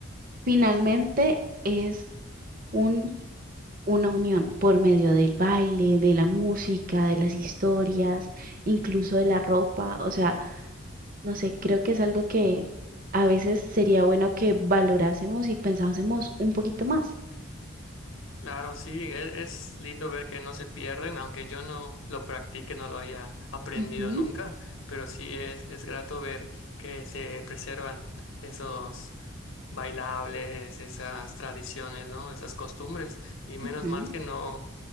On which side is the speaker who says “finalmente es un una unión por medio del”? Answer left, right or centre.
Right